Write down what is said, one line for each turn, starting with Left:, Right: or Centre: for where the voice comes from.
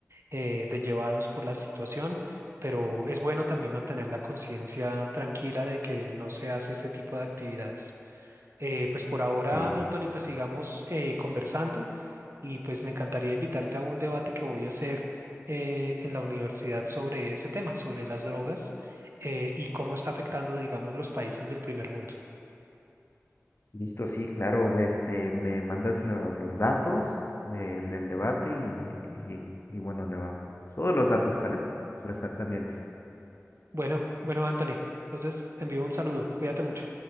Right: eh, de llevados por la situación, pero es bueno también mantener la conciencia tranquila de que no se hace este tipo de actividades. Eh, pues por ahora,
Left: Sí,
Right: Anthony, pues sigamos eh, conversando y pues me encantaría invitarte a un debate que voy a hacer eh, en la universidad sobre ese tema, sobre las drogas eh, y cómo está afectando, digamos, los países del primer mundo.
Left: Listo, sí, claro. Este, me mandas lo- los datos de- del debate y, y, y bueno, le va. Todos los datos, ¿vale? Para estar pendiente.
Right: Bueno, bueno, Anthony. Entonces te envío un saludo. Cuídate mucho.